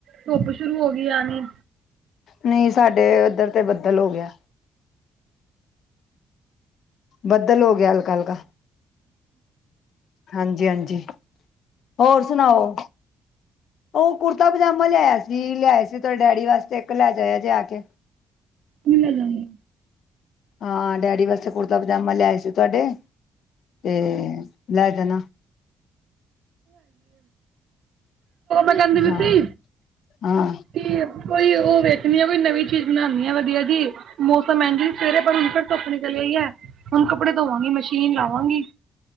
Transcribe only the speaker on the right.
ਧੁੱਪ ਸ਼ੁਰੂ ਹੋ ਗਈ ਆਨੀ
ਮਿਲ ਜਾਂਦੀ
ਕਹਿੰਦੀ
ਪਈ ਸੀ
ਕਿ ਕੋਈ ਉਹ ਵੇਖਣੀ ਆ ਕੋਈ ਨਵੀਂ ਚੀਜ਼ ਬਣਾਉਣੀ ਆ ਵਧੀਆ ਜੀ ਮੌਸਮ ਐ ਜੀ ਸਵੇਰੇ ਈ ਹੈ <unintelligible> ਹੁਣ ਕੱਪੜੇ ਧੋਵਾਂਗੀ ਮਸ਼ੀਨ ਲਾਵਾਂਗੀ